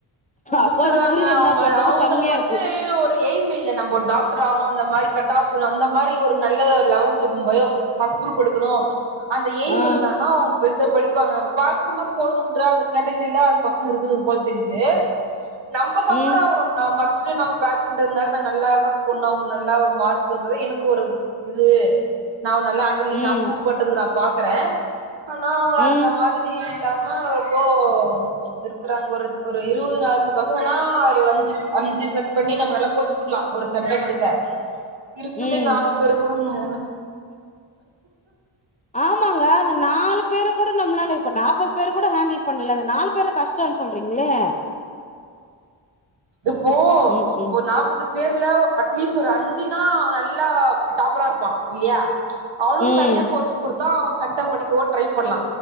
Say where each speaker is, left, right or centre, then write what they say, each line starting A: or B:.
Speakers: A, on the right; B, on the left.
A: முடிச்சறாங்க
B: அப்போ அது புரிதல்
A: அவங்க
B: என்னா பண்றது
A: அவங்களுக்கு
B: கம்மியா
A: வந்து
B: இருக்கு
A: வந்து ஒரு எய்ம் இல்ல நம்ம டாக்டர் ஆவுணு அந்த மாரி கட் ஆப் அந்த மாரி ஒரு நல்ல லெவன்த் பயம் ஃபர்ஸ்ட் குரூப் எடுக்கணு அந்த எய்ம்
B: ஆ
A: இருந்தான்னா அவ <unintelligible> இப்பாங்க நம்ம பாஸ் பண்ண போதுன்ற அந்த கேட்டகிரில அந்த பசங்க இருக்குது போல தெரியுது நம்ப சஃபர்
B: ம்
A: ஆவுறோ நா ஃபஸ்ட் நம்ப பேட்ஜ் இன்றதுநால நான் நல்லா எஃபர்ட் போட்ண்ணு அவங்க நல்லா ஒரு மார்க் வந்தது எனக்கு ஒரு இது நா நல்லா அண்
B: ம்
A: நா சூ போட்டதுக்கு நா பாக்குறே ஆனா அவங்க
B: ம்
A: அந்த மாதிரி இல்லாம ரொம்ப இருக்கறாங்க ஒரு ஒரு இருவது அஞ்சு பசங்கன்னா அதுல ஒரு அஞ்சு அஞ்சு செட் பண்ணி நம்ம நல்லா கோச் குடுக்கலா ஒரு சென்டம் எடுக்க இருக்குதே
B: ம்
A: நாலு பேரு தாங்க
B: ஆமாங்க அந்த நாலு பேரு கூட நம்மளால இப்ப நாப்பது பேரு கூட ஹேண்டில் பண்ணல அந்த நாலு பேர கஷ்டம்னு சொல்றீங்களே
A: இப்போ
B: ம் ம்
A: போ நாப்பது பேர்ல அட்லீஸ்ட் ஒரு அஞ்சுனா நல்லா டாப்பரா இருப்பான் இல்லியா அவனுக்கு
B: ம்
A: தனியா கோச் குடுத்தா அவன் செண்டம் அடிக்கவோ ட்ரை பண்லா